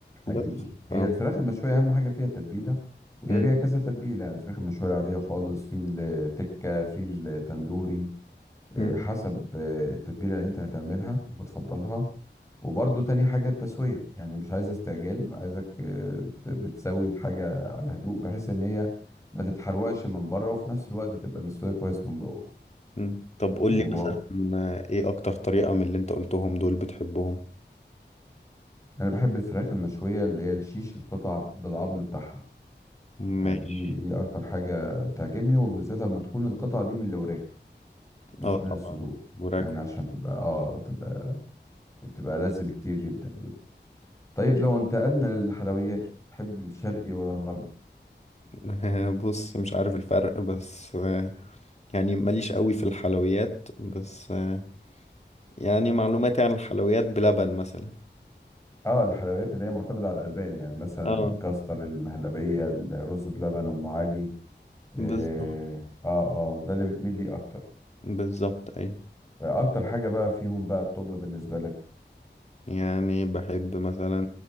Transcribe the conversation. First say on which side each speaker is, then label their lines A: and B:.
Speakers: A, on the left (about 15°); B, on the left (about 35°).
A: حقيقي
B: بس
A: هي
B: اه
A: الفراخ المشوية أهم حاجة فيها التتبيلة وهي
B: مم.
A: ليها كذا تتبيلة يعني الفراخ المشوية العادية خالص في التكة في التندوري إيه،
B: مم.
A: حسب آه، التتبيلة اللي انت هتعملها وبتفضلها وبرضو تاني حاجة التسوية يعني مش عايز استعجال عايزك آه، ت- بتسوي الحاجة على هدوء بحيث ان هي ما تتحرقش من بره وفي نفس الوقت تبقى مستوية كويس من جوه
B: مم. طب قول
A: وب...
B: لي مثلا آه، ايه اكتر طريقة من اللي انت قلتهم دول بتحبهم
A: انا بحب الفراخ المشوية اللي هي الشيش القطع بالعظم بتاعها
B: ماشي
A: آه، دي دي اكتر حاجة بتعجبني وبالذات لما تكون القطعة دي من الوراك مش
B: اه
A: من
B: طبعا
A: الصدور
B: وراك
A: يعني عشان تبقى اه تبقى بتبقى لذ بكتير جدا جدا طيب لو انتقلنا للحلويات تحب الشرقي ولا الغربي
B: <laughs> بص مش عارف الفرق بس آه، يعني ماليش قوي في الحلويات بس آه، يعني معلوماتي عن الحلويات بلبن مثلا
A: اه الحلويات اللي هي معتمدة على الألبان يعني مثلا
B: اه
A: الكاستر المهلبية الرز بلبن أم علي اه
B: بالظبط
A: اه آه، ده اللي بتميل ليه أكتر
B: بالظبط اي
A: أكتر حاجة بقى فيهم بقى الطب بالنسبة لك
B: يعني بحب مثلا